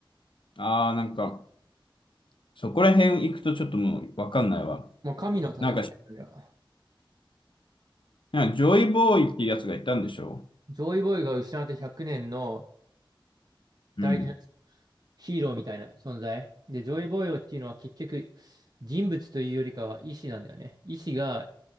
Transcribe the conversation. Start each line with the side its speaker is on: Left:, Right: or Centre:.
Left: ああ、なんか、そこら辺行くとちょっともうわかんないわ。
Right: もう神の戦いだよ。
Left: なんか、
Right: あれは
Left: なんかジョイボーイっていうやつがいたんでしょ
Right: ジョイボーイが失われて100年の
Left: うん。
Right: 大事なヒーローみたいな存在。で、ジョイボーイっていうのは結局人物というよりかは意志なんだよね。意志が